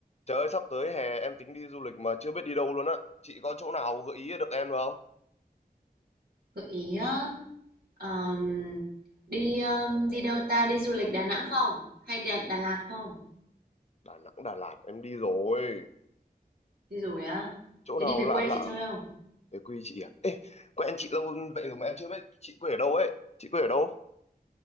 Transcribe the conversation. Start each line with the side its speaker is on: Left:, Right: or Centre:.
Left: Trời ơi, sắp tới hè em tính đi du lịch mà chưa biết đi đâu luôn á. Chị có chỗ nào gợi ý được em được không?
Right: Gợi ý á, ờm, đi, ơ, đi đâu ta? Đi du lịch Đà Nẵng không? Hay Đà, Đà Lạt không?
Left: Đà Nẵng, Đà Lạt em đi rồi.
Right: Đi rồi á.
Left: Chỗ
Right: Thế
Left: nào
Right: đi về
Left: lạ
Right: quê
Left: lạ
Right: chị chơi không?
Left: về quê chị à? Ê, quen chị lâu vậy rồi mà em chưa biết chị quê ở đâu ấy. Chị quê ở đâu?